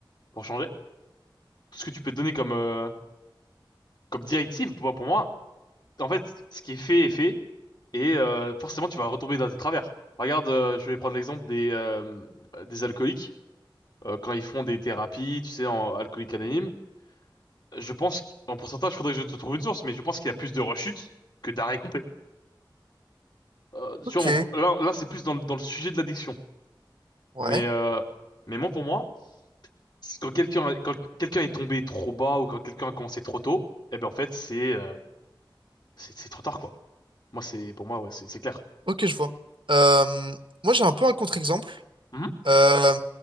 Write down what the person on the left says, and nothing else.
pour changer, tout ce que tu peux donner comme, euh, comme directive, pour, pour moi, en fait, ce qui est fait est fait et euh, forcément tu vas retomber dans tes travers. Regarde, euh, je vais prendre l'exemple des, euh, des alcooliques euh, quand ils font des thérapies, tu sais, en alcoolique anonyme. Je pense qu'en pourcentage, faudrait que je te trouve une source, mais je pense qu'il y a plus de rechutes que d'arrêt complet. euh, tu
vois, on peut- là, là c'est plus dans, le- dans le sujet de l'addiction.
Mais, euh, mais moi, pour moi, c'est quand quelqu'un, quand quelqu'un est tombé trop bas ou quand quelqu'un a commencé trop tôt, eh ben, en fait, c'est, euh, c'est, c'est trop tard, quoi. Moi, c'est, pour moi, ouais, c'est, c'est clair.
Mhm.